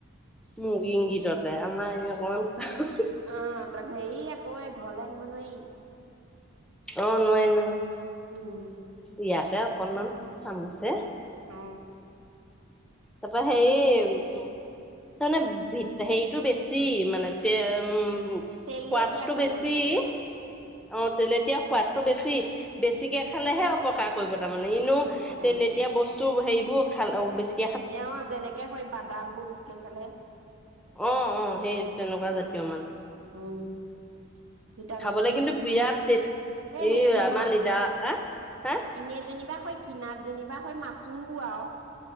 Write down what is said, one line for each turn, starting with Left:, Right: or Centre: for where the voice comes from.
Centre: মোক ইংগিততে আমাৰ এই অকণমান
Right: অহ তাক হেৰি আকৌ এই ঘৰলৈ নিব নোৱাৰি
Centre: অ নোৱাৰি নোৱাৰি
Right: উম
Centre: ইয়াতে অকণমান চামুছে
Right: অ
Centre: তাৰপা হেই উ তাৰমানে ভ হেৰিটো বেছি মানে তে উম
Right: তেলেতিয়া
Centre: সোৱাদটো
Right: চাগে
Centre: বেছি
Right: বস্তুটো
Centre: অ তেলে । তেতিয়া সোৱাদটো বেছি বেছিকে খালেহে অপকাৰ কৰিব তাৰমানানে এনেো
Right: কৰিব তাৰমানে
Centre: তে এতিয়া বস্তু হেৰি । খাল বেছি ।
Right: এওঁ যেনেকে হৈ বাদাম বোৰ বিচকে খালে
Centre: অ অ সেই তেনেকুৱা জাতীয়
Right: উ উ উম ভিটামিন
Centre: খাবলৈ
Right: টো বেছি
Centre: কিন্তু
Right: আকৌ
Centre: বিৰাট টেষ্ট
Right: এ
Centre: এই
Right: হেৰি যে
Centre: আমাৰ
Right: মা
Centre: লিডা হ হা
Right: এনে যেনিবা হয় কিনাত যেনিবা হয় মাচুং গও